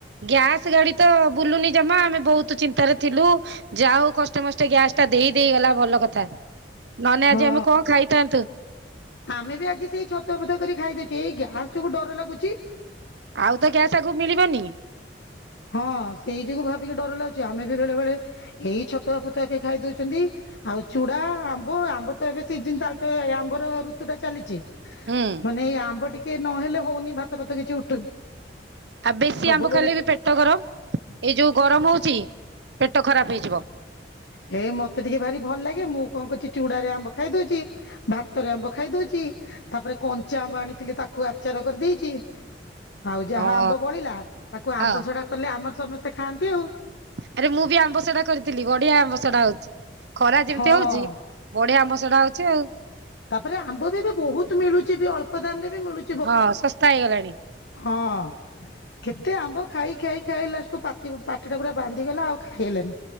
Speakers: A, on the right (about 75°); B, on the left (about 80°).
A: ଗ୍ୟାସ ଗାଡି ତ ବୁଲୁନି ଜମା ଆମେ ବହୁତ ତୁ ଚିନ୍ତାରେ ଥିଲୁ ଯାଉ ହୋଉ କଷ୍ଟେ ମଷ୍ଟେ ଗ୍ୟାସ ଟା ଦେଇ ଦେଇ ଗଲା ଭଲ କଥା। ନହେନେ
B: ହଁ।
A: ଆଜି ଆମେ କଣ ଖାଇଥାନ୍ତୁ।
B: ଆମେ ବି ଆଜି ସେଇ ଛତୁଆ ଫତୁଆ କରି ଖାଇଦେଉଚୁ ଏଇ ଗ୍ୟାସ ଯୋଗୁ ଡର ଲାଗୁଚି।
A: ଆଉ ତ ଗ୍ୟାସ୍ ଆଗକୁ ମିଳିବନି।
B: ହଁ ସେଇ ଯୋଗୁ ଭାବିକି ଡର ଲାଗୁଚି ଆମେ ବି ବେଳେ ବଳେ ଏଇ ଛତୁଆ ଫତୁଆ କେ ଖାଇ ଦଉଛନ୍ତି ଆଉ ଚୁଡା ଆମ୍ବ ଆମ୍ବ ତ ଏବେ ସିଜିନ ତାଲେ ତ ଆମ୍ବର ଋତୁ ଋତୁଟା ଚାଲିଛି।
A: ହୁଁ
B: ମାନେ ଏଇ ଆମ୍ବ ଟିକେ ନହେଲେ ହଉନି ଭାତ ଫାତ କିଛି ଉଠୁନି।
A: ଆ ବେଶୀ
B: ସବୁବେଳେ
A: ଆମ୍ବ ଖାଇଲେ ବି ପେଟ ଗରମ ଏଇ ଯୋଉ ଗରମ ହଉଛି ପେଟ ଖରାପ ହେଇଯିବ।
B: ହେ ମତେ ଟିକେ ଭାରି ଭଲ ଲାଗେ। ମୁଁ କଣ କରୁଛି ଚୁଡାରେ ଆମ୍ବ ଖାଇଦଉଛି। ଭାତରେ ଆମ୍ବ ଖାଇଦଉଛି। ତାପରେ କଞ୍ଚା ଆମ୍ବ ଆଣିଥିଲି ତାକୁ ଆଚାର କରିଦେଇଛି। ଆଉ ଯାହା
A: ହଁ
B: ଆମ୍ବ ବଳିଲା ତାକୁ ଆମ୍ବ
A: ହଁ
B: ସଢା କଲେ ଆମର ସମସ୍ତେ ଖାଆନ୍ତି ଆଉ।
A: ଆରେ ମୁଁ ବି ଆମ୍ବ ସଢା କରିଥିଲି ବଢିଆ ଆମ୍ବ ସଢା ହଉଛି ଖରା ଯେମିତି
B: ହଁ
A: ହଉଛି। ବଢିଆ ଆମ୍ବ ସଢା ହଉଛି ଆଉ।
B: ତାପରେ ଆମ୍ବ ବି ଏବେ ବୋହୁତ ମିଳୁଛି ବି ଅଳ୍ପ ଦାମ ରେ ବି ମିଳୁ
A: ହଁ ଶସ୍ତା ହେଇଗଲାଣି।
B: ହଁ। କେତେ ଆମ୍ବ ଖାଇ ଖାଇ ଖାଇ ଲାଷ୍ଟ କୁ ପାତି ପାଟିଟା ପୁରା ବାନ୍ଧିଗଲା ଆଉ ଖାଇ ହେଲାନି।